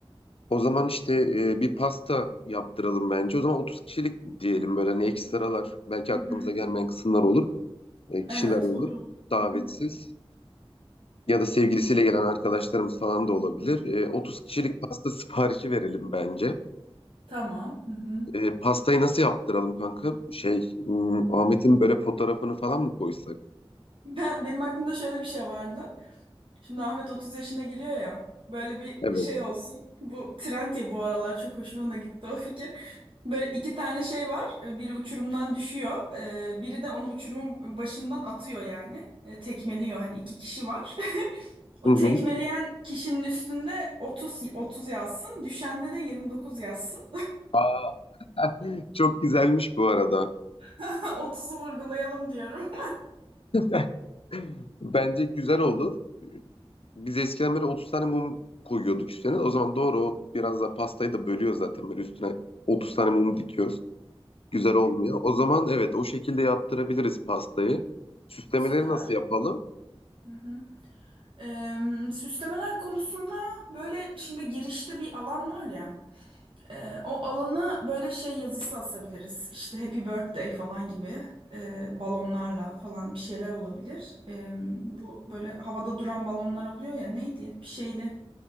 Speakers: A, on the left; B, on the right.
A: O zaman işte e, bir pasta yaptıralım bence. O zaman 30 kişilik diyelim böyle hani ekstralar belki
B: Hı
A: aklımıza
B: hı.
A: gelmeyen kısımlar olur. E, kişiler
B: Evet
A: olur
B: 30.
A: davetsiz
B: Hı
A: ya da sevgilisiyle
B: hı.
A: gelen arkadaşlarımız falan da olabilir. E, 30 kişilik pasta siparişi verelim bence.
B: Tamam. Hı hı.
A: E, pastayı nasıl yaptıralım kanka? Şey hmm, Ahmet'in böyle fotoğrafını falan mı koysak?
B: Ben benim aklımda şöyle bir şey vardı. Şimdi Ahmet 30 yaşına giriyor ya. Böyle bir
A: Evet.
B: şey olsun. Bu trend ya bu aralar çok hoşuma da gitti o fikir. Böyle iki tane şey var. Ee, Biri uçurumdan düşüyor. Ee, Biri de onu uçurumun başından atıyor yani. Ee, Tekmeliyor hani iki kişi var. <laughs> O
A: Hı hı.
B: tekmeleyen kişinin üstünde 30 30 yazsın. Düşende de 29 yazsın.
A: Aa, Çok güzelmiş bu arada.
B: <laughs> 30'u vurgulayalım diyorum.
A: <laughs> Bence güzel olur. Biz eskiden böyle 30 tane mum koyuyorduk üstüne. O zaman doğru o biraz da pastayı da bölüyor zaten. Böyle üstüne 30 tane mum dikiyoruz. Güzel olmuyor. O zaman evet o şekilde yaptırabiliriz pastayı. Süslemeleri
B: <laughs> Süper.
A: nasıl yapalım?
B: Hı hı. Eee, süslemeler konusunda böyle şimdi girişte bir alan var ya. eee, o alana böyle şey yazısı asabiliriz. İşte Happy Birthday falan gibi eee, balonlarla falan bir şeyler olabilir. Eee, bu böyle havada duran balonlar oluyor ya neydi? Bir şeyli.